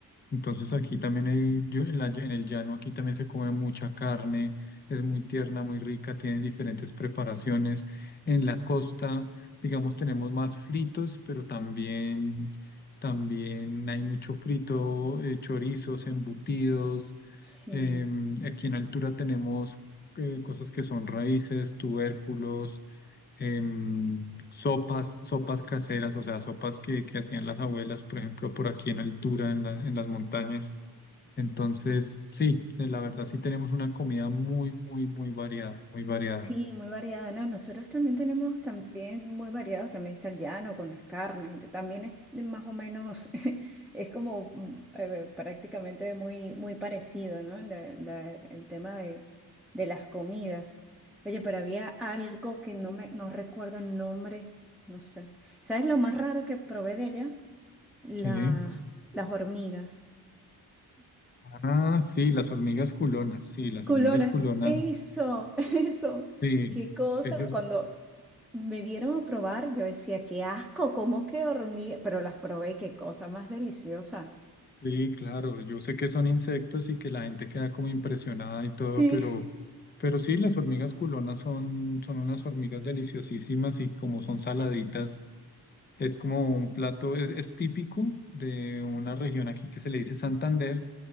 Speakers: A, on the left; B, in the centre.
A: Entonces aquí también hay, yo- en la en el llano aquí también se come mucha carne, es muy tierna, muy rica, tiene diferentes preparaciones. En la costa, digamos, tenemos más fritos, pero también, también hay mucho frito, eh, chorizos, embutidos.
B: sí
A: Em, aquí en altura tenemos eh, cosas que son raíces, tubérculos, em, sopas, sopas caseras, o sea, sopas que, que hacían las abuelas, por ejemplo, por aquí en altura, en la- en las montañas. Entonces, sí, de la verdad sí tenemos una comida muy, muy, muy variada, muy variada.
B: Sí, muy variada, ¿no? Nosotros también tenemos también muy variados, también está el llano con las carnes y te- también es de más o menos, <laughs> es como mm, eh, prácticamente muy, muy parecido, ¿no? La- la- el tema de, de las comidas. Oye, pero había algo que no me, no recuerdo el nombre, no sé. ¿Sabes lo más raro que probé de allá? La-
A: ¿Qué?
B: las hormigas.
A: Ah, sí, las hormigas culonas, sí, las
B: Culona,
A: hormigas culonas,
B: eso, <laughs> eso.
A: sí,
B: Qué cosa.
A: esa es
B: Cuando me dieron a probar, yo decía, qué asco, cómo que hormiga. Pero las probé, qué cosa más deliciosa.
A: Sí, claro, yo sé que son insectos y que la gente queda como impresionada y todo,
B: Sí.
A: pero, pero sí, las hormigas culonas son, son unas hormigas deliciosísimas y como son saladitas, es como un plato, es, es típico de una región aquí que se le dice Santander,